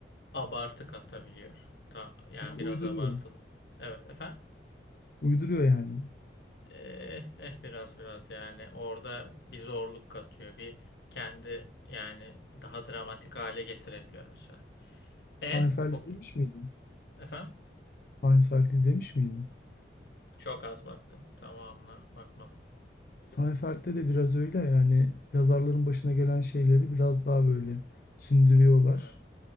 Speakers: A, on the left; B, on the left.
A: abartı katabiliyor. Ta, yani
B: Ya uyduruyor.
A: biraz abartılı. Evet efendim.
B: Uyduruyor yani.
A: Eh, eh biraz biraz yani orada bir zorluk katıyor. Bir kendi yani daha dramatik hale getirebiliyor mesela.
B: Seinfeld
A: En popüler.
B: izlemiş miydin?
A: Efendim?
B: Seinfeld izlemiş miydin?
A: Çok az baktım. Tamamına bakmadım.
B: Seinfeld'de de biraz öyle yani yazarların başına gelen şeyleri biraz daha böyle sündürüyorlar.
A: Evet.